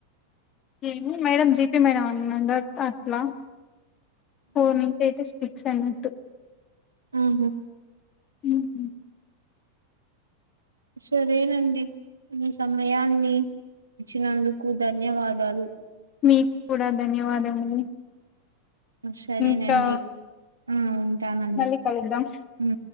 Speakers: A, on the left; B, on the right.
A: ఏమో మేడం జిపీ మేడం అన్నా డాట్ ఆట్లా ఫోర్ నుంచైతే పిక్స్ అన్నట్టు
B: అవునా
A: ఉమ్.
B: సరేనండి మీ సమయాన్ని ఇచ్చినందుకు ధన్యవాదాలు
A: మీకూడా ధన్యవాదములు
B: సరేనండి
A: ఇంకా
B: ఆ ఉంటానండి
A: మళ్ళీ కలుద్దాం
B: ఉ